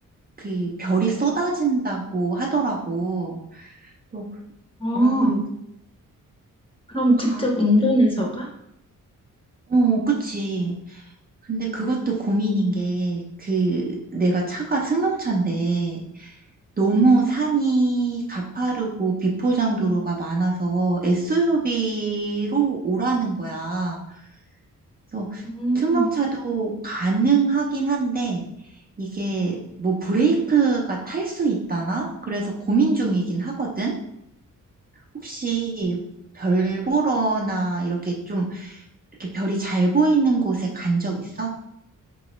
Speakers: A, on the right; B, on the left.
A: 그 별이 쏟아진다고 하더라고. 그래서
B: 어,
A: 아, 여기
B: 그럼 직접
A: 가,
B: 운전해서 가?
A: 어, 그치. 근데 그것도 고민인 게, 그, 내가 차가 승용차인데, 너무 산이 가파르고 비포장 도로가 많아서 SUV로 오라는 거야. 그래서
B: 음,
A: 승용차도 가능하긴 한데, 이게 뭐 브레이크가 탈 수 있다나? 그래서 고민 중이긴 하거든? 혹시 별 보러나 이렇게 좀, 이렇게 별이 잘 보이는 곳에 간 적 있어?